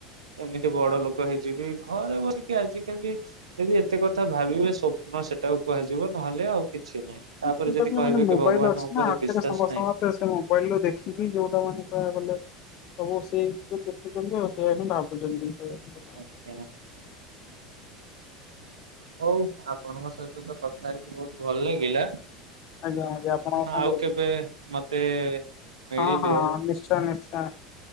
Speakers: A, on the right (about 75°); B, on the left (about 45°).
A: ଏମିତି ବଡ ଲୋକ ହେଇଯିବି ଘରେ ବସିକି ଆଜିକାଲି ଯଦି ଏତେ କଥା ଭାବିବେ ସେଟାକୁ କୁହାଯିବ ନହେଲେ ଆଉ କିଛି କି ନାହିଁ ତାପରେ
B: ସେଟା
A: ଯଦି
B: ବି
A: କହିବେ
B: ମାନେ ମୋବାଇଲ
A: ଭଗବାନଙ୍କ
B: ଅଛି
A: ଉପରେ
B: ନା ହାତରେ
A: ବିଶ୍ଵାସ
B: ସମସ୍ତଙ୍କର
A: ନାହିଁ
B: ସେ ମୋବାଇଲୁ ଦେଖିକି ଯୋଉଟା ମାନେ କହିବାକୁ ଗଲେ ସବୁ ସେଇଥିରେ ଦେଖୁଛନ୍ତି ଆଉ ସେଇଆ ହିଁ ଭାବୁଛନ୍ତି। କହିବାକୁ ଗଲେ।
A: ଆଜ୍ଞା ହଉ ଆପଣଙ୍କ ସହିତ ତ କଥା ହେଇକି ବହୁତ ଭଲ ଲାଗିଲା।
B: ଆଜ୍ଞା ଆଜ୍ଞା ଆପଣଙ୍କ ସାଙ୍ଗରେ
A: ଆଉ କେବେ ମତେ ମିଳିଲେ
B: ହଁ ହଁ ନିଶ୍ଚୟ ନିଶ୍ଚୟ।